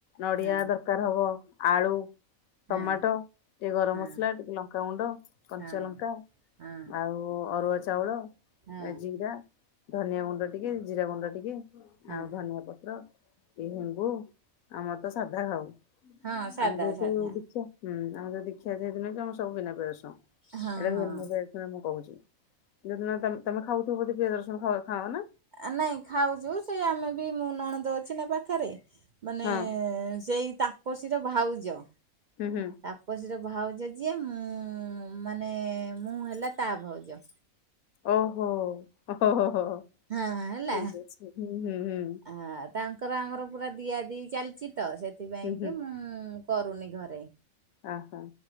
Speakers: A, on the left (about 80°); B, on the right (about 60°).
A: ନଡିଆ
B: ହଁ
A: ଦର କାର ହବ ଆଳୁ
B: ହଁ
A: ଟମାଟୋ ଟିକେ ଗରମ
B: ହଁ
A: ମସଲା ଟିକେ ଲଙ୍କାଗୁଣ୍ଡ କଞ୍ଚା
B: ହଁ
A: ଲଙ୍କା
B: ହଁ
A: ଆଉ ଅରୁଆ ଚାଉଳ
B: ହଁ
A: ଜିଙ୍ଗା ଧନିଆ ଗୁଣ୍ଡ ଟିକେ ଜିରା ଗୁଣ୍ଡ ଟିକେ
B: ହଁ
A: ଆଉ ଧନିଆ ପ ତ୍ର ଏ ହେଙ୍ଗୁ ଆମର ତ ସାଧା ଖାଉ
B: ହଁ ସାଧା
A: ଆମ ଯେହେତୁ
B: ସାଧା
A: ଦୀକ୍ଷା। ହୁଁ ଆମେ ଯୋଉ ଦୀକ୍ଷା ଯେହେତୁ ନେଇଛୁ ଆମର ସବୁ ବିନା ପିଆଜ ରସୁଣ
B: ହଁ
A: ଏଇଟା
B: ହଁ
A: <unintelligible> ଶୁଣ ମୁଁ କହୁଛି ଯୋଉ ଦିନ ତମେ ତମେ ଖାଉଥିବ ବୋଧେ ପିଆଜ ରସୁଣ ଖାଅ-ଖାଅ ନା?
B: ନାଇଁ ଖାଉଛୁ ସେ ଆମେ ବି ମୁଁ ନଣନ୍ଦ ଅଛି ନା ପାଖେରେ ମାନେ
A: ହଁ
B: ସେଇ ତାପସୀର ଭାଉଜ।
A: ହୁଁ ହୁଁ।
B: ତାପସୀର ଭାଉଜ ଯିଏ ମୁଁ ମାନେ ମୁଁ ହେଲା ତା ଭାଉଜ
A: ଓହୋ ଓ ହୋ ହୋ
B: ହଁ ହେଲା
A: ଠିକ୍ ଅଛି ହୁଁ ହୁଁ ହୁଁ।
B: ଆ ତାଙ୍କର ଆମର ପୁରା ଦିଆ ଦି ଚାଲିଛି ତ ସେଥିପାଇଁ
A: ହୁଁ
B: କି ମୁଁ କରୁନି ଘରେ।
A: ଓହୋ